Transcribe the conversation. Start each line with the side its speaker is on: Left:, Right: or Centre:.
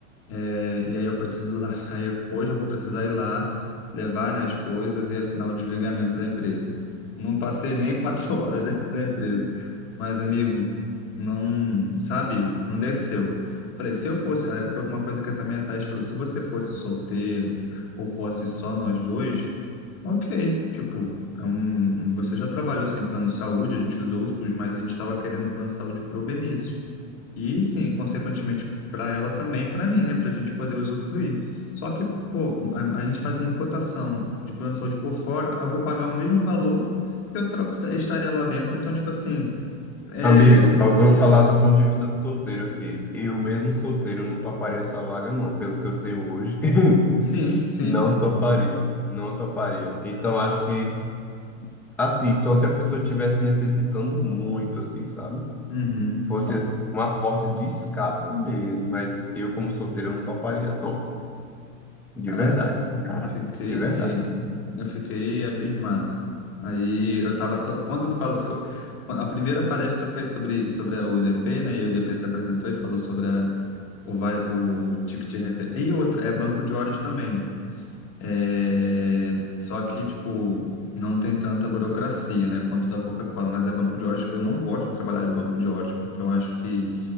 Left: É, e aí eu preciso ir lá, <laughs> aí eu- hoje eu vou precisar ir lá levar, né, as coisas e assinar o desligamento da empresa. Não passei nem quatro <laughs> horas dentro da empresa, mas amigo, não, sabe, não desceu. Falei, se eu fosse, aí foi uma coisa que também a Thaís falou, se você fosse solteiro ou fosse só nós dois, ok, tipo, é um- um, você já trabalhou sem plano de saúde, a gente usou os SUS, mas a gente estava querendo plano de saúde pro Benício. E sim, consequentemente para ela também, para mim, né, para a gente poder usufruir. Só que, pô, a, a gente fazendo cotação de plano de saúde por fora, eu vou pagar o mesmo valor que eu tra- estaria lá dentro. Então, tipo assim, é,
Centre: Amigo, eu vou falar do ponto de vista do solteiro aqui. Eu mesmo solteiro não toparia essa vaga, não. Pelo que eu tenho hoje,
Left: sim,
Centre: <laughs>
Left: sim.
Centre: não toparia. Não toparia. Então, acho que, assim, só se a pessoa estivesse necessitando muito, assim, sabe?
Left: Uhum.
Centre: Fosse assim, uma porta de escape mesmo. Mas eu, como solteiro, não toparia, não. De
Left: Cara,
Centre: verdade.
Left: eu fiquei,
Centre: De verdade.
Left: é, eu fiquei abismado. Aí eu tava, to- quando eu falo, <laughs> a primeira palestra foi sobre sobre a UDP, né? E o UDP se apresentou e falou sobre a O, vai, o ticket referência. E outra, é banco de horas também. É, Só que, tipo, não tem tanta burocracia, né, quanto da Coca-Cola, mas é banco de horas. Eu não gosto de trabalhar em banco de horas porque eu acho que